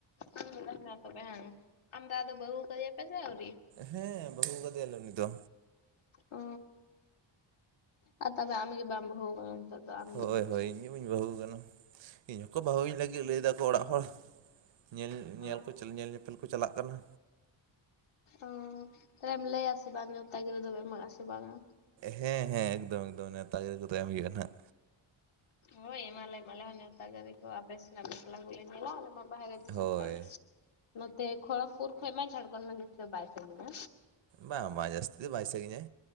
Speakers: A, on the left; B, on the right.
A: ᱟᱨ ᱢᱤᱫ ᱴᱟᱝ ᱢᱮᱱᱟᱭ ᱛᱟᱯᱮᱭᱟ ᱵᱟᱝ ᱟᱢ ᱫᱟᱫᱟ ᱫᱚ ᱵᱩᱦᱩᱣ ᱠᱟᱫᱮ ᱯᱮᱥᱮ ᱟᱣᱨᱤ
B: ᱦᱮᱸ ᱵᱟᱹᱦᱩ ᱠᱟᱫᱮᱭᱟᱞᱮ ᱩᱱᱤ ᱫᱚ
A: ᱚ ᱟᱨ ᱛᱚᱵᱮ ᱟᱢ ᱜᱮ ᱵᱟᱢ ᱵᱟᱦᱩ ᱠᱟᱱᱟ ᱱᱤᱛᱚᱜ ᱫᱚ ᱟᱢᱜᱮ
B: ᱦᱳᱭ
A: ᱵᱟᱹᱠᱤ
B: ᱦᱳᱭ
A: ᱦᱮᱱᱟᱜ
B: ᱤᱧ
A: ᱢᱮᱭᱟ᱾
B: ᱜᱮ ᱵᱟᱹᱧ ᱵᱟᱦᱩ ᱠᱟᱱᱟ ᱤᱧ ᱦᱚᱠᱚ ᱵᱟᱦᱩ ᱤᱧ ᱞᱟᱜᱤᱫ ᱞᱟᱹᱭ ᱫᱟᱠᱚ ᱚᱲᱟᱜ ᱦᱚᱲ ᱧᱮᱞ ᱧᱮᱞ
A: ᱚ
B: ᱠᱚ ᱧᱮᱞ ᱧᱮᱯᱮᱞ ᱠᱚ ᱪᱟᱞᱟᱜ ᱠᱟᱱᱟ
A: ᱚ ᱛᱟᱞᱦᱮᱢ ᱞᱟᱹᱭᱟ ᱥᱮ ᱵᱟᱝ ᱱᱮᱣᱛᱟ ᱜᱤᱨᱟᱹ ᱫᱚᱢ ᱮᱢᱚᱜ ᱟᱥᱮ ᱵᱟᱝ ᱟ
B: ᱦᱮᱸ ᱦᱮᱸ ᱮᱠᱫᱚᱢ ᱮᱠᱫᱚᱢ ᱱᱮᱣᱛᱟ ᱜᱤᱨᱟᱹ ᱠᱚᱫᱚ ᱮᱢ ᱦᱩᱭᱩᱜᱼᱟ ᱱᱟᱜ
A: ᱦᱳᱭ ᱮᱢᱟᱞᱮᱢ ᱟᱞᱮ ᱦᱚ ᱱᱮᱣᱛᱟ ᱜᱟᱨᱤ ᱟᱯᱮᱥᱮᱱᱟᱜ ᱵᱟᱯᱞᱟ ᱠᱚᱞᱮ ᱧᱮᱞᱟ ᱟᱞᱮ ᱢᱟ ᱵᱟᱦᱨᱮ ᱫᱤᱥᱚᱢ
B: ᱦᱳᱭ
A: ᱠᱷᱚᱱ ᱱᱚᱛᱮ ᱠᱷᱚᱲᱚᱠᱯᱩᱨ ᱠᱷᱚᱱ ᱢᱟ ᱡᱷᱟᱲᱠᱷᱚᱱᱰ ᱢᱟ ᱡᱟᱹᱥᱛᱤ ᱫᱚ ᱵᱟᱭ ᱥᱟᱜᱤᱧᱟ
B: ᱵᱟᱝ ᱵᱟᱝ ᱡᱟᱥᱛᱤ ᱫᱚ ᱵᱟᱭ ᱥᱟᱜᱤᱧᱟ